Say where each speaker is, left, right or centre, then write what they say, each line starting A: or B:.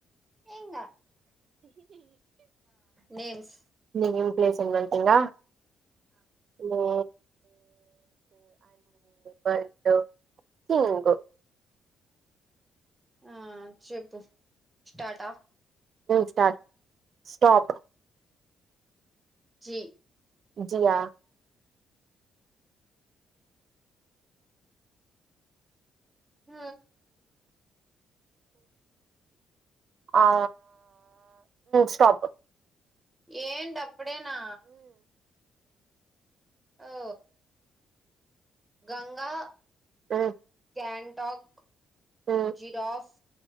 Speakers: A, on the right; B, on the right.
A: ఏంగా నేమ్స్
B: నీ ఇం ప్లే సింబల్ కింద నో పండు సింకు
A: ఆ చెప్పు స్టాటా
B: స్టాట్ స్టాప్
A: జీ
B: జియా
A: హ
B: ఆ స్టాపు
A: ఏంటి అప్పుడేనా ఓ గంగా
B: ఉమ్
A: గ్యాన్టాక్
B: ఉమ్
A: జిరాఫ్